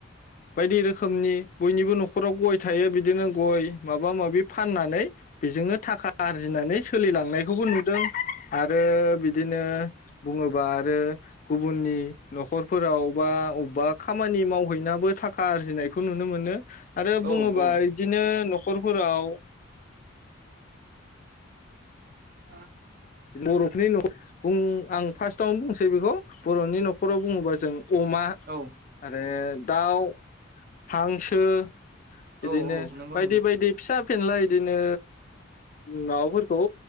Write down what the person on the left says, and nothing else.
बायदि रोखोमनि बयनिबो न'खराव गय थायो, बिदिनो गय माबा माबि फाननानै बेजोंनो थाखा आरजिनानै सोलिलांनायखौबो नुदों <inaudible> रो बिदिनो बुङोबा ओह गुबुननि न'खरफोराव बा अबबा खामानि मावहैनाबो थाखा आर्जिनायखौ नुनो मोनो आरो
बुङोबा
इदिनो न'खरफोराव
बर'फोरनि नख' बुं आं फास्तावनो बुंसै बेखौ बर'नि न'खराव बुङोबा जों अमा
आरो दाउ हांसो बिदिनो
बायदि
बायदि फिसा फेनला इदिनो माबाफोरखौ